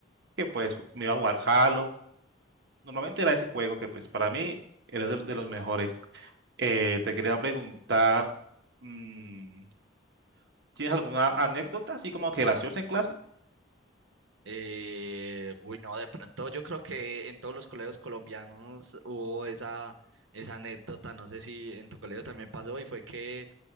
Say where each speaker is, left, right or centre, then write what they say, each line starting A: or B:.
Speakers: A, on the right (about 60°); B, on the right (about 85°).
A: que pues me iba a jugar Halo Normalmente era ese juego que pues para mí era de, de los mejores. Eh, te quería preguntar, mm, ¿tienes alguna anécdota así como que graciosa en clase?
B: Eh, uy, no, de pronto yo creo que en todos los colegios colombianos hubo esa, esa anécdota, no sé si en tu colegio también pasó, y fue que